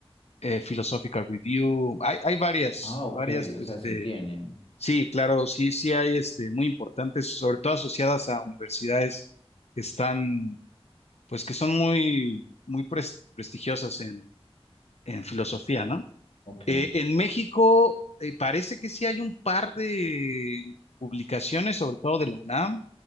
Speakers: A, on the left (about 85°); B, on the left (about 70°).
A: eh, Philosophical Review. Hay, hay varias,
B: Ah, ok,
A: varias,
B: o
A: este,
B: sea, sí tienen.
A: sí, claro, sí, sí hay, este, muy importantes, sobre todo asociadas a universidades que están, pues que son muy, muy pres- prestigiosas en, en filosofía, ¿no?
B: Ok.
A: Eh, en México eh, parece que sí hay un par de publicaciones, sobre todo de la UNAM